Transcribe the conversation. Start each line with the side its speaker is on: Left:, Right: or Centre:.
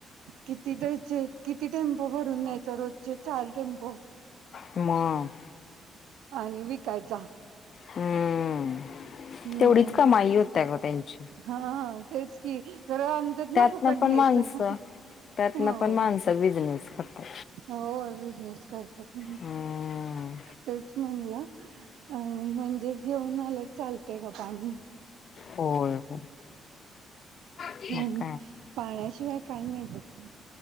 Right: किती त्याचे किती टेम्पो भरून न्यायचा रोजचे चार टेम्पो
Left: म
Right: आणि विकायचा
Left: हम्म
Right: हम्म
Left: तेवढीच कमाई होत ग त्यांची
Right: हा तेच की खर आमच्यात
Left: त्यातनं
Right: ना फुकट न्यायचं
Left: पण माणसं त्यातनं
Right: होय
Left: पण माणसं बिझनेस करतात
Right: होय बिझनेस करतात
Left: हम्म
Right: तेच म्हणलं अ म्हणजे घेऊन आलं चालत. का पाणी.
Left: होय हो मग
Right: ह
Left: काय
Right: पाण्याशिवाय काही नाही. बघ